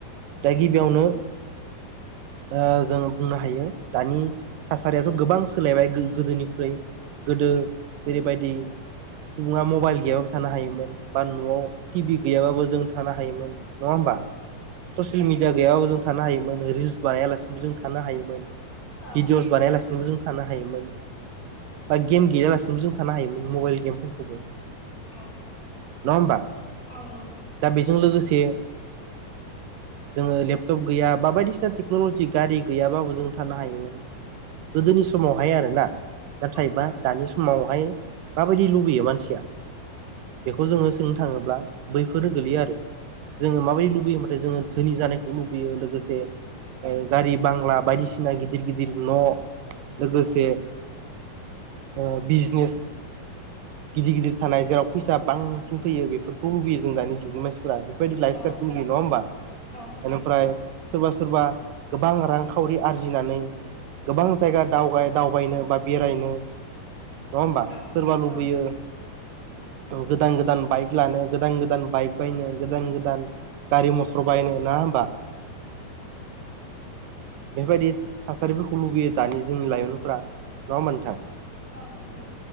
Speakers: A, on the right; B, on the left.
A: दा गिबियावनो ओ जों बुंनो हायो दानि थासारियाथ गोबां सोलायबाय गो-गोदोनिख्रुइ गोदो जेरैबायदि सुबुङा मबाइल गैयाबाबो थानो हायोमोन बा न'आव टि भि गैयाबाबो जों थानो हायोमोन नङा होमबा ससियेल मिडिया गैयाबाबो जों थानो हायोमोन रिल्स बानायालासेबो जों थानो हायोमोन
B: औ
A: भिडिअ बानायालासेबो जों थानो हायोमोन बा गेम गैयालासिनोबो जों थानो हायोमोन मबाइल गेमफोरखौबो
B: औ
A: नङा होमबा
B: औ नंगौ
A: दा बेजों लोगोसे <inaudible> जोङो लेपटप गैया बा बायदिसिना टेक्न'लजि गारि गैयाबाबो जों थानो हायोमोन गोदोनि
B: औ
A: समावहाय आरोना नाथायबा
B: औ
A: दानि स मावहाय माबायदि लुबैयो मानसिया बेखौ जोङो सोंनो थाङोब्ला बैफोरनो गोलैया आरो जोङो माबायदि लुबैयो माथाय जोङो धोनि जानायखौ लुबैयो लोगो से ओ गारि बांला बायदिसिना गिदिर गिदिर न' लोगोसे ओ बिजनेस गिदिर गिदिर थानाय जेराव फैसा बांसिन फैयो बेफोरखौ लुबैयो जों दानि जुगनि मानसि फ्रा बेफोरबायदि लाइफ
B: औ
A: स्टाइलखौ नङा हबा
B: औ नंगौ
A: बेनिफ्राय सोरबा सोरबा गोबां रांखावरि आरजिनानै गोबां जायगा दाव दावबायनो बा बेरायनो नङा होमबा
B: औ
A: सोरबा लुबैयो
B: औ
A: औ गोदान गोदान बाइक लानो गोदान गोदान बाइक बायनो गोदान गोदान गारि मथर बायनो नङा होमबा बेबायदि थासारिफोरखौ लुबैयो दानि जोंनि लाइमोनफोरा नङा होमबा नोंथां
B: आनबो